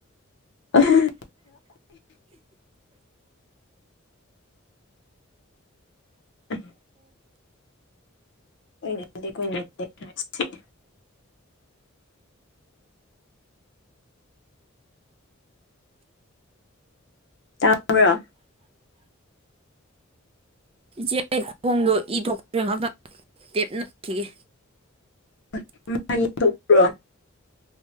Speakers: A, on the left; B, on the right.
A: <unintelligible> <unintelligible> ꯑꯣꯏꯅꯕꯗꯤ ꯀ‌ꯣꯏꯅꯕꯗꯤ ꯀꯂꯥꯁ ꯊ‌ꯦꯟꯅ‌ꯦ <unintelligible>
B: ꯏꯆꯦ ꯑꯩ ꯈꯣꯡꯗꯣ ꯏ ꯊꯣꯛꯈꯔ‌ꯦ ꯉꯍꯥꯛꯇꯪ ꯇꯦꯞ ꯅꯞꯈꯤꯒꯦ
A: <unintelligible> <unintelligible>